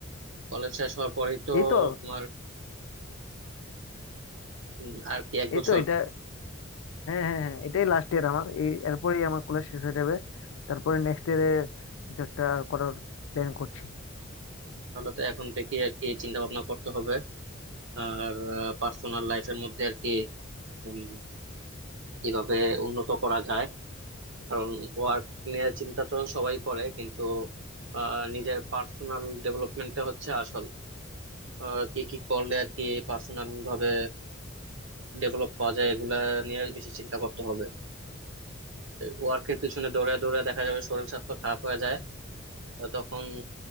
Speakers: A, on the right; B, on the left.
A: কলেজ শেষ হওয়ার পরেই তো
B: এই তো
A: তোমার উম, আর কি এক বছর
B: এই তো এটা হ্যাঁ হ্যাঁ হ্যাঁ এটাই লাস্ট ইয়ার আমার এই এরপরেই আমার কলেজ শেষ হয়ে যাবে তারপরে নেক্সট ইয়ারে কিছু একটা করার প্ল্যান করছি
A: তাহলে তো এখন থেকে আর কি চিন্তা ভাবনা করতে হবে আর পার্সোনাল লাইফের মধ্যে আর কি উম, কিভাবে উন্নত করা যায় কারণ ওয়ার্ক নিয়ে চিন্তা তো সবাই করে কিন্তু আহ, নিজের পার্সোনাল ডেভেলপমেন্টটা হচ্ছে আসল আহ, কি কি করলে আর কি পার্সোনাল ভাবে ডেভেলপ করা যায় এগুলা নিয়ে বেশি চিন্তা করতে হবে ওয়ার্কের পিছনে দৌড়ে দৌড়ে দেখা যাবে শরীর স্বাস্থ্য খারাপ হয়ে যায় আহ, তখন